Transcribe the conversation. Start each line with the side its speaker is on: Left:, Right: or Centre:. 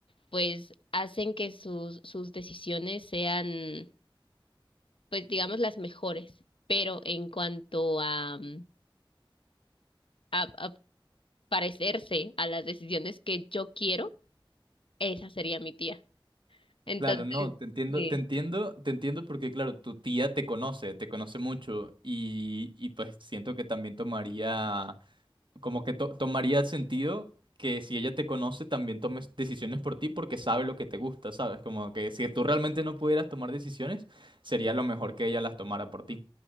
Left: pues hacen que sus, sus decisiones sean, pues digamos, las mejores. Pero en cuanto a, mm, a, a parecerse a las decisiones que yo quiero, esa sería mi tía. Entonces,
Right: Claro, no, te entiendo,
Left: sí.
Right: te entiendo, te entiendo porque, claro, tu tía te conoce, te conoce mucho y, y pues siento que también tomaría, como que to- tomaría sentido que si ella te conoce también tomes decisiones por ti porque sabe lo que te gusta, ¿sabes? Como que si tú realmente no pudieras tomar decisiones, sería lo mejor que ella las tomara por ti.